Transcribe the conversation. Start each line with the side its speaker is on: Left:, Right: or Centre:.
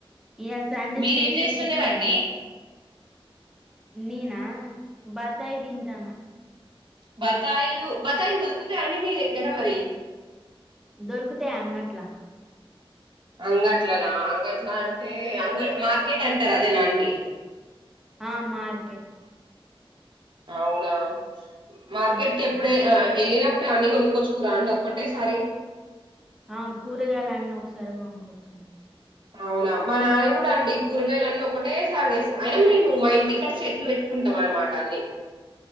Centre: ఇయలసండే
Right: మీరేం
Centre: స్పెషల్‌
Right: చేస్తున్నారండి
Centre: ఏంటి? నేనా బత్తాయి తింటాన్న.
Right: బత్తాయిలు బత్తాయిలు దొరుకుతాయ అండి మీ దగ్గర మరి
Centre: దొరుకుతాయి అంగట్లా
Right: అంగట్లోనా? అంగట్లో అంటే అంగడ్ మార్కెట్ అంటారు అదేనా అండి?
Centre: ఆ మార్కెట్.
Right: అవునా, మార్కెట్
Centre: ఉమ్
Right: కెప్పుడే ఆ. ఎళ్ళినప్పుడు అన్ని కొనుక్కొచ్చుకురా అండి? ఒక్కటేసారి.
Centre: అవును. కూరగాయలు అన్నీ ఒకసారే కొనుకొచ్చు
Right: అవునా? మా నాన కూడా అండి కూరగాయలన్నీ ఒకటే సారి తెస్తాడ్. అయిన మేము మా ఇంటికాడ చెట్లు పెట్టుకుంటం అన్నమాట అన్ని